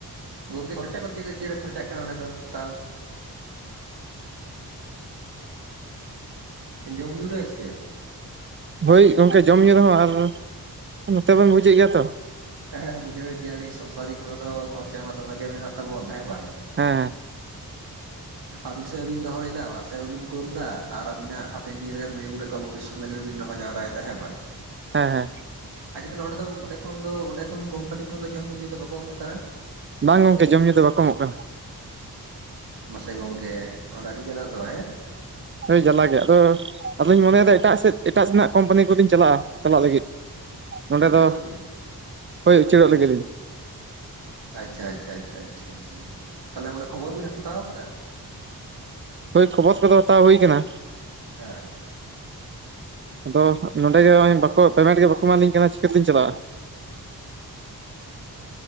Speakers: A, on the right; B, on the right.
A: ᱜᱚᱝᱠᱮ ᱠᱷᱚᱨᱪᱟ ᱠᱚᱫᱚ ᱪᱮ ᱠᱷᱚᱨᱪᱟ ᱱᱚᱰᱮ ᱫᱚ ᱛᱟᱶ? ᱡᱚᱢ ᱧᱩᱩ ᱨᱮ ᱥᱮ ᱪᱮᱫ
B: ᱦᱳᱭ ᱜᱚᱝᱠᱮ ᱡᱚᱢ ᱧᱩᱩ ᱨᱮᱦᱚᱸ ᱟᱨ ᱱᱚᱛᱮ ᱵᱮᱱ ᱵᱩᱡᱮᱫ ᱜᱮᱭᱟ ᱛᱚ᱾
A: ᱦᱮᱸ ᱦᱮᱸ ᱵᱩᱡᱷᱟᱶᱮᱫ ᱜᱮᱭᱟᱞᱤᱧ ᱥᱚᱝᱥᱟᱨᱤᱠ ᱦᱚᱲ ᱫᱚ ᱠᱷᱚᱨᱪᱟ ᱢᱟ ᱫᱚᱢᱮ ᱜᱮ ᱢᱮᱱᱟᱜ ᱛᱟᱵᱚᱱ ᱦᱮᱸ ᱵᱟᱝ?
B: ᱦᱮᱸ ᱦᱮᱸ
A: ᱟᱹᱵᱤᱱ ᱥᱮᱫ ᱦᱚᱸ ᱵᱤᱱ ᱫᱚᱦᱚᱭᱮᱫᱟ ᱚᱲᱟᱜ ᱥᱮᱫ ᱦᱚᱸᱵᱤᱱ ᱠᱳᱞ ᱮᱫᱟ ᱟᱨ ᱟᱵᱤᱱᱟᱜ ᱦᱟᱯᱮᱱ ᱫᱤᱱ ᱨᱮᱱ ᱢᱟᱹᱭ ᱵᱟᱵᱩ ᱛᱟᱠᱚ ᱚᱱᱠᱳ ᱵᱷᱚᱵᱤᱥᱚᱛ ᱞᱟᱹᱜᱤᱫ ᱜᱮᱵᱤᱱ ᱫᱚᱦᱚ ᱡᱟᱣᱨᱟᱭᱮᱫᱟ ᱦᱮᱸ ᱵᱟᱝ?
B: ᱦᱮᱸ ᱦᱮᱸ᱾
A: ᱟᱪᱪᱷᱟ ᱛᱟᱦᱚᱞᱮ ᱚᱸᱰᱮ ᱫᱚ ᱚᱸᱰᱮ ᱠᱷᱚᱱ ᱫᱚ ᱚᱸᱰᱮ ᱠᱷᱚᱱ ᱠᱳᱢᱯᱟᱱᱤ ᱠᱷᱚᱱ ᱫᱚ ᱡᱚᱢ ᱧᱩ ᱫᱚ ᱵᱟᱠᱚ ᱮᱢᱚᱜ ᱠᱟᱱᱟ᱾
B: ᱵᱟᱝ ᱜᱚᱝᱠᱮ ᱡᱚᱢ ᱧᱩ ᱫᱚ ᱵᱟᱠᱚ ᱮᱢᱚᱜ ᱠᱟᱱᱟ᱾
A: ᱢᱟᱥᱮ ᱜᱚᱝᱠᱮ ᱱᱚᱣᱟ ᱫᱚ ᱟᱹᱰᱤ ᱡᱟᱞᱟ ᱫᱚ ᱦᱮᱸ
B: ᱦᱳᱭ ᱡᱟᱞᱟ ᱜᱮ ᱟᱫᱚ ᱟᱫᱚᱧ ᱢᱚᱱᱮᱭᱮᱫᱟ ᱮᱴᱟᱜ ᱥᱮᱫ ᱮᱴᱟᱜ ᱥᱮᱱᱟᱜ ᱠᱳᱢᱯᱟᱱᱤ ᱠᱚᱫᱚᱧ ᱪᱟᱞᱟᱜᱼᱟ ᱪᱟᱞᱟᱜ ᱞᱟᱹᱜᱤᱫ᱾ ᱱᱚᱸᱰᱮ
A: ᱩᱪᱟᱹᱲᱚᱜ
B: ᱫᱚ
A: ᱟᱹᱵᱤᱱ
B: ᱦᱩᱭ ᱩᱪᱟᱹᱲᱚᱜ ᱞᱟᱹᱜᱤᱫ ᱤᱧ
A: ᱟᱪᱪᱷᱟ ᱟᱪᱪᱷᱟ ᱟᱪᱷᱟ ᱟᱪᱷᱟ ᱟᱪᱷᱟ ᱛᱟᱦᱚᱞᱮ ᱚᱸᱰᱮ ᱠᱷᱚᱵᱚᱨ ᱵᱤᱱ ᱦᱟᱛᱟᱣ ᱟᱠᱟᱫᱟ
B: ᱦᱳᱭ ᱠᱷᱚᱵᱚᱨ ᱠᱚᱫᱚ ᱦᱟᱛᱟᱣ ᱦᱩᱭ ᱟᱠᱟᱱᱟ
A: ᱦᱮᱸ
B: ᱟᱫᱚ ᱱᱚᱸᱰᱮ ᱜᱮ <unintelligible> ᱯᱮᱢᱮᱱᱴ ᱜᱮ ᱵᱟᱠᱚ ᱮᱢᱟᱞᱤᱧ ᱠᱟᱱᱟ ᱪᱤᱠᱟᱹ ᱛᱮᱞᱤᱧ ᱪᱟᱞᱟᱜᱼᱟ